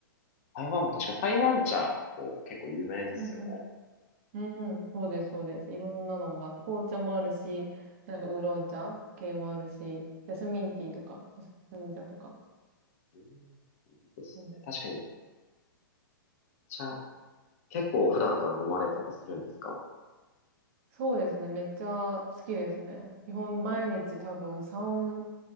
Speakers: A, on the left; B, on the right.
A: 台湾も確か台湾茶も結構有名ですよね。
B: うんうん。うんうん。そうです、そうです。いろんなのがあって、紅茶もあるし、なんかウーロン茶系もあるし、ジャスミンティーとか、ジャスミン茶とか。
A: うん、いいですね。
B: そう。
A: 確かに茶、結構普段から飲まれたりするんですか
B: そうですね、めっちゃ好きですね。基本毎日多分3
A: あ